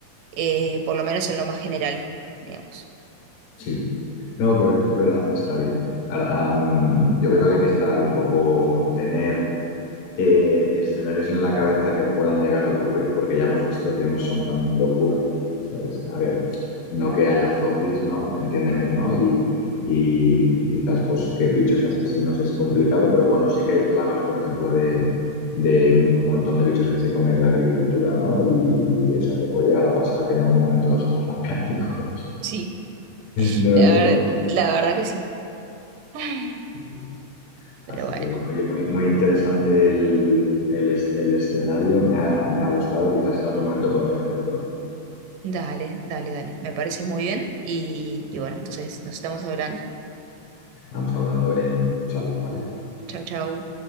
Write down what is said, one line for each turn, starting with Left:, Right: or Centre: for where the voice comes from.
Right: eh, por lo menos en lo más general, digamos.
Left: Sí, no, pero es verdad, está bien. Ah, am, yo creo que hay que estar un poco, tener eh, escenarios en la cabeza que puedan llegar a ocurrir, porque ya hemos visto que no son tan locura, ¿sabes? A ver, no que haya zombies, ¿no? Entiéndeme, ¿no? Y, y- y quizás pues que bichos asesinos es complicado, pero bueno, sí que hay plagas, por ejemplo, de, de un montón de bichos que se comen la agricultura, ¿no? Y, y o sea, que puede llegar a pasar que en algún momento se vuelvan <laughs> carnívoros.
Right: Sí,
Left: No los
Right: la
Left: llevamos
Right: verdad, la verdad que sí. Ay.
Left: Sí, sí. Así
Right: Pero bueno.
Left: que bueno, oye, muy, muy interesante el, el es- el escenario. Me ha, me ha gustado. Quizás en otro momento podemos hacer otro.
Right: Dale, dale, dale. Me parece muy bien y, y bueno, entonces nos estamos hablando.
Left: Vamos hablando, Belén. Un saludo, ¿vale?
Right: Chau, chau.